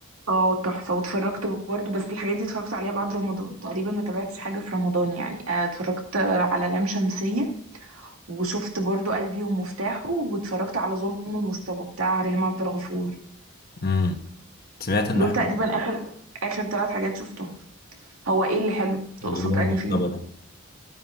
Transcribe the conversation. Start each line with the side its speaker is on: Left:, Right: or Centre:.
Right: اه تحفة واتفرجت برضه بس الحاجات دي اتفرجت عليها بعد رمضان تقريبا ما تابعتش حاجة في رمضان يعني آه اتفرجت آه، على لام شمسية وشفت برضه قلبي ومفتاحه واتفرجت على ظلم المصطبة بتاع ريهام عبد الغفور
Left: امم سمعت انه
Right: دول
Left: حلو
Right: تقريبا اخر اخر ثلاث حاجات شفتهم هو ايه اللي حلو تقصد
Left: الفيلم المختبر
Right: اني فيهم
Left: ده